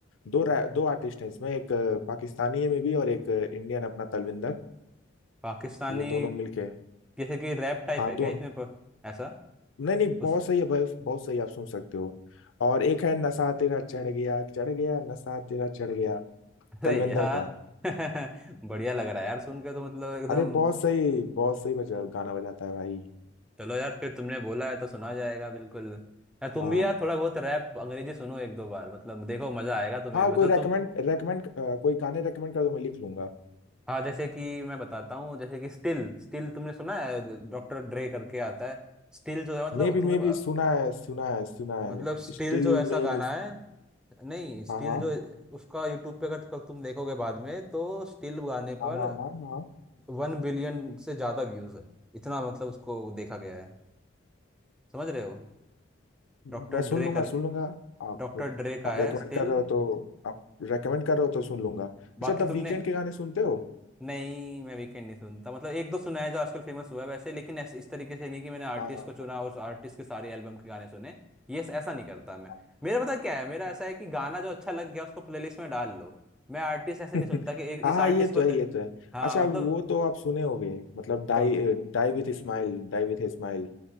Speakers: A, on the left; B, in the centre.
A: दो रा, दो आर्टिस्ट हैं इसमें एक अ, पाकिस्तानी है में भी और एक अ, इंडियन अपना तलविंदर
B: पाकिस्तानी
A: तो ये दोनों मिलके
B: जैसे कि रैप टाइप
A: हाँ
B: है
A: दोनों
B: क्या इसमें प- ऐसा
A: नहीं नहीं
B: उस
A: बहुत सही है बस बहुत सही है, आप सुन सकते हो और एक है नशा तेरा चढ़ गया चढ़ गया नशा तेरा चढ़ गया
B: अरे
A: तलविंदर
B: यार
A: का
B: <laughs> बढ़िया लग रहा है यार सुन के तो मतलब एकदम
A: अरे बहुत सही बहुत सही बजा गाना बजाता है भाई
B: चलो यार फिर तुमने बोला है तो सुना जाएगा बिल्कुल यार तुम
A: हाँ
B: भी यार थोड़ा बहुत रैप अंग्रेजी सुनो एक दो बार मतलब देखो मजा आएगा तुम्हें
A: हाँ
B: भी मतलब
A: कोई रेकमेंड
B: तुम
A: रेकमेंड कोई गाने रेकमेंड कर दो मैं लिख लूंगा
B: हाँ जैसे कि मैं बताता हूँ जैसे कि स्टिल स्टिल तुमने सुना है डॉक्टर ड्रे करके आता है स्टिल जो है मतलब
A: मे बी
B: तुम्हें
A: मे बी सुना है सुना है सुना है
B: मतलब स्टिल
A: स्टिल
B: जो ऐसा
A: मे
B: गाना
A: बी
B: है नहीं स्टील
A: हाँ हाँ
B: जो उसका यूट्यूब पे अगर कल तुम देखोगे बाद में तो स्टील गाने
A: हाँ
B: पर
A: हाँ हाँ हाँ
B: वन बिलियन से ज्यादा व्यूज है इतना मतलब उसको देखा गया है समझ रहे हो
A: मैं
B: डॉक्टर
A: सुन
B: ड्रे
A: लूंगा
B: करके
A: सुन लूंगा आप
B: डॉक्टर ड्रे का
A: आप
B: है
A: रेकमेंड
B: स्टिल
A: कर रहे हो तो आप रेकमेंड कर रहे हो तो सुन लूंगा अच्छा
B: बाकी
A: तब
B: तुमने
A: वीकेंड के गाने सुनते हो
B: नहीं मैं वीकेंड नहीं सुनता मतलब एक दो सुना है जो आजकल फेमस हुआ है वैसे लेकिन ऐसे इस तरीके से नहीं कि मैंने आर्टिस्ट
A: हाँ हाँ
B: को चुना
A: हाँ
B: और आर्टिस्ट के सारे एल्बम के गाने सुने ये ऐसा नहीं करता मैं
A: हाँ
B: मेरा पता क्या है मेरा ऐसा है कि गाना जो अच्छा लग गया उसको प्लेलिस्ट में डाल लो मैं आर्टिस्ट ऐसे
A: <laughs>
B: नहीं सुनता कि एक
A: हाँ
B: इस
A: हाँ,
B: आर्टिस्ट
A: ये तो
B: को दे...
A: है ये तो है
B: हाँ
A: अच्छा
B: मतलब
A: वो तो आप सुने होगे मतलब die
B: कौन
A: die with smile die with smile